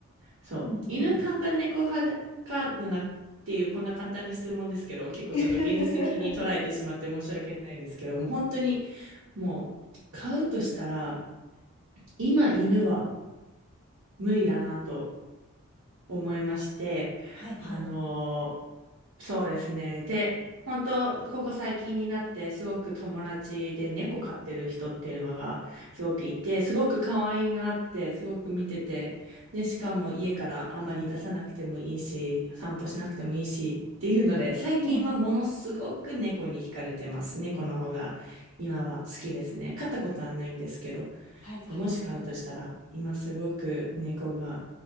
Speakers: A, on the right (about 70°); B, on the left (about 60°).
A: そう。
B: うんうん。
A: 犬派か猫派かのなっていう、こんな簡単な質問ですけど、結構ちょっと現実的に捉えてしまって申し訳ないんですけど、
B: <laughs>
A: もう本当にもう買うとしたら、今犬は無理だなと思いまして、
B: はいはい。
A: あのーそうですね。で、本当ここ最近になってすごく友達で猫飼ってる人っていうのがすごくいて、すごく可愛いなってすごく見てて、で、しかも家からあまり出さなくてもいいし、散歩しなくてもいいしっていうので、最近はものすごく猫に惹かれてます。
B: うん。
A: 猫の方が今は好きですね。飼ったことはないんですけど、
B: はいはいはいはい。
A: そうもし飼うとしたら、今すごく猫が